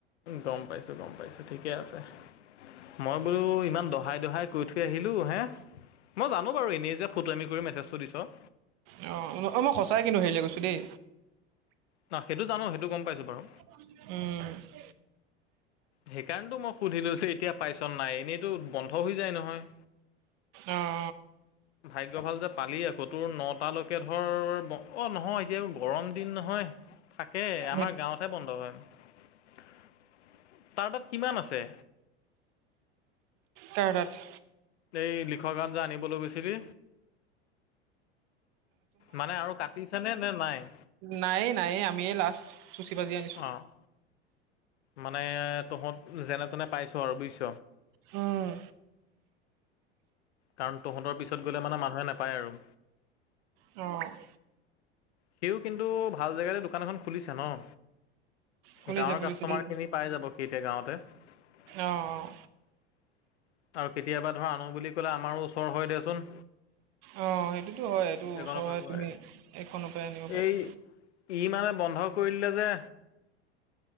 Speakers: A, on the left; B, on the right.
A: গম পাইছোঁ, গম পাইছোঁ, ঠিকে আছে। মই বোলোঁ, ইমান দহাই -দহাই কৈ থৈ আহিলোঁ। হে! মই জানোঁ বাৰু, এনেই যে ফটোৱামি কৰি মেছেজটো দিছ।
B: অ'! মই সঁচাই কিন্তু, হেৰিলৈ গৈছোঁ দেই।
A: <unintelligible> সেইটো জানোঁ, সেইটো গম পাইছোঁ বাৰু।
B: উম!
A: সেইকাৰণতো, মই সুধি লৈছোঁ, এতিয়া পাইছ নাই? এনেইতো বন্ধ হৈ যায়, নহয়।
B: অঁ
A: ভাগ্য ভাল যে পালি আকৌ। তোৰ, নটালৈকে ধৰ, অ'! নহয়, এতিয়া গৰম দিন নহয়! তাকে, আমাৰ
B: অঁ
A: গাঁৱত হে বন্ধ হয়। তাৰ, তাত কিমান আছে?
B: কাৰ তাত?
A: এই, লিখক গান যে, আনিবলৈ গৈছিলি? মানে আৰু কাটিছে নে, নে নাই?
B: নাইয়ে, নাইয়ে। আমিয়ে লাষ্ট, চুচি বাছি আনিছোঁ।
A: অ', মানে তহঁত, যেনে- তেনে পাইছ আৰু বুজিছ।
B: উম!
A: কাৰণ, তহঁতৰ পিছত গ'লে মানে, মানুহে নাপায় আৰু।
B: অ'!
A: সিওঁ কিন্তু, ভাল জেগাতে দোকান এখন খুলিছে ন'?
B: খুলিছে
A: গাঁৱৰ
B: খুলিছে
A: কাষ্টমাৰ
B: দেই
A: খিনি পাই যাব, সি এতিয়া গাঁৱতে। আৰু
B: অঁ অঁ
A: কেতিয়াবা ধৰ, আনোঁ বুলি ক'লে, আমাৰো ওচৰ হয়, দেচোন।
B: অ সেইটোতো হয় এইটো
A: এইকনৰ
B: ওচৰ
A: পৰা
B: হয়
A: গৈ।
B: তুমি এইখনৰ পৰাই আনিব পাৰি
A: এই ই মানে বন্ধ কৰি দিলে যে